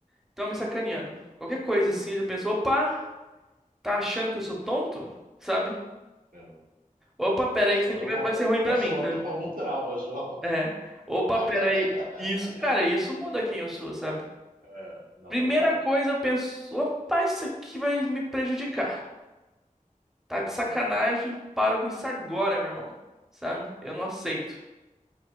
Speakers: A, in the centre; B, on the right.
A: estão me sacaneando. Qualquer coisa, assim, eu já penso, opa, tá achando que eu sou tonto? Sabe?
B: É.
A: Opa, pera
B: Tá
A: aí
B: soando
A: que isso aqui vai
B: com...
A: vai ser ruim pra
B: tá soando
A: mim, tá?
B: como um trauma, João.
A: É. Opa,
B: <laughs>
A: pera aí. Isso, cara, isso muda quem eu sou, sabe?
B: É, não,
A: Primeira
B: total.
A: coisa, eu penso, opa, isso aqui vai me prejudicar. Tá
B: Aham,
A: de sacanagem, para com isso agora, meu irmão. Sabe? Eu não aceito.